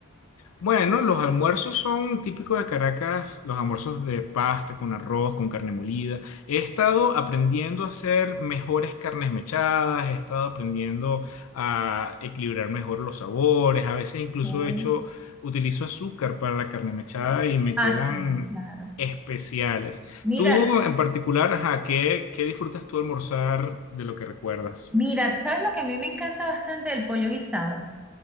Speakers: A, on the left (about 80°); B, in the centre.
A: Bueno, los almuerzos son típicos de Caracas, los almuerzos de pasta con arroz, con carne molida. He estado aprendiendo a hacer mejores carnes mechadas, he estado aprendiendo a equilibrar mejor los sabores, a veces incluso
B: Mm.
A: he hecho, utilizo azúcar para la carne mechada y me
B: Ah,
A: quedan
B: sí, claro.
A: especiales.
B: Mira,
A: Tú en particular, ajá, ¿qué, qué disfrutas tú almorzar de lo que recuerdas?
B: mira, ¿tú ¿sabes lo que a mí me encanta bastante? El pollo guisado.